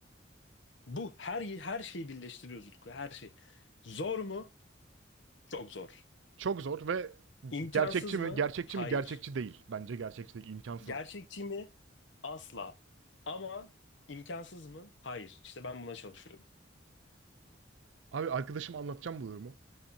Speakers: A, on the left (about 80°); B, on the right (about 85°).
A: Bu her her şeyi birleştiriyoruz Utku. Her şey. Zor mu? Çok zor.
B: Çok zor ve
A: İmkansız
B: gerçekçi mi?
A: mı?
B: Gerçekçi
A: Hayır.
B: mi? Gerçekçi değil. Bence gerçekçi değil. İmkansız.
A: Gerçekçi mi? Asla. Ama imkansız mı? Hayır. İşte ben buna çalışıyorum.
B: Abi arkadaşım anlatacağım bu durumu.